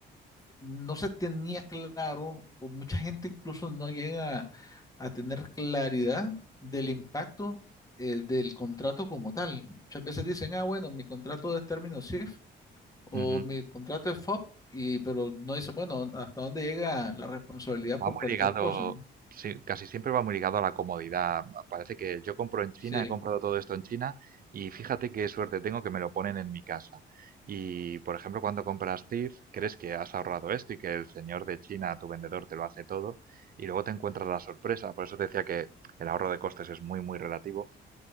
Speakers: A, on the left; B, on the right.
A: no se tenía claro, o mucha gente incluso no llega a tener claridad del impacto eh, del contrato como tal. Muchas veces dicen, ah, bueno, mi contrato es término SIF o
B: ujú.
A: mi contrato es FOP, y, pero no dice, bueno, hasta dónde llega la responsabilidad
B: Va
A: por
B: muy
A: cualquier
B: ligado,
A: cosa, ¿no?
B: sí, casi siempre va muy ligado a la comodidad. Parece que yo compro en China,
A: Sí,
B: he comprado todo esto en China y fíjate qué suerte tengo que me lo ponen en mi casa. Y, por ejemplo, cuando compras TIFF, crees que has ahorrado esto y que el señor de China, tu vendedor, te lo hace todo y luego te encuentras la sorpresa. Por eso te decía que el ahorro de costes es muy, muy relativo